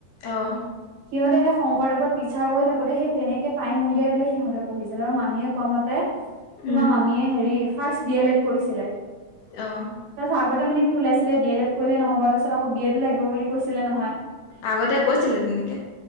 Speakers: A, on the left; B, on the right.
A: এ অ
B: সিহঁতে সে শংকৰদেৱত টিচাৰ কৰি থাকোতে সেই তেনেকে টাইম উলিয়াই পেলাই সিহঁতে পঢ়িছিলে আৰু মামীয়েে কোৱা মতে
A: উম
B: তোমাৰ মামীয়ে হেৰি ফাৰ্ষ্ট ডি এল এড কৰিছিলে।
A: অ।
B: তাৰপাছত আগতে মান কি ওলাইছিলে ডি এল এড কৰিলে নহ'ব তাৰ পছত আকৌ বি এডো লাগিব বুলি কৈছিলে নহয়।
A: আগতে কৈছিলে তেনেকে